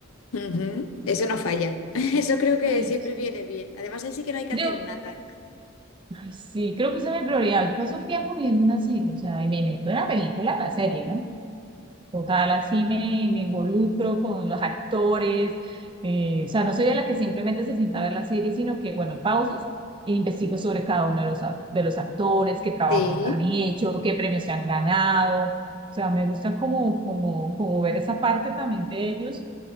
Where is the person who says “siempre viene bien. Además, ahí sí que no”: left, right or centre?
Left